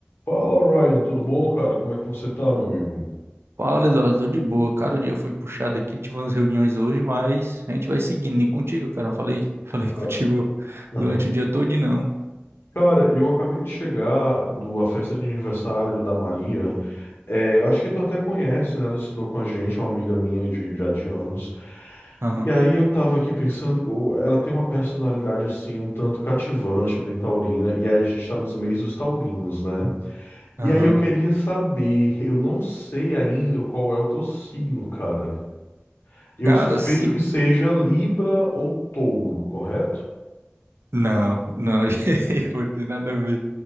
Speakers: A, on the left; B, on the right.
A: Fala, Ryan, tudo bom, cara? Como é que você tá, meu amigo?
B: Fala, Eduardo, tô de boa. Cara, o dia foi puxado aqui, tive umas reuniões hoje, mas a gente vai seguindo. E contigo, cara, eu falei, <laughs> falei contigo
A: Ca- Aham.
B: durante o dia todo, não.
A: Cara, eu acabei de chegar da festa de aniversário da Maria. É, eu acho que tu até conhece, né? Ela estudou com a gente, é uma amiga minha de, já de anos.
B: Aham,
A: E aí eu tava aqui pensando, ô, ela tem uma personalidade assim, um tanto cativante, bem taurina, e aí a gente tá nos meios dos taurinos, né?
B: aham.
A: E aí eu queria saber, eu não sei ainda qual é o teu signo, cara. Eu
B: Cara,
A: suspeito
B: se...
A: que seja Libra ou Touro, correto?
B: Não, não, <laughs> gente, não tem nada a ver.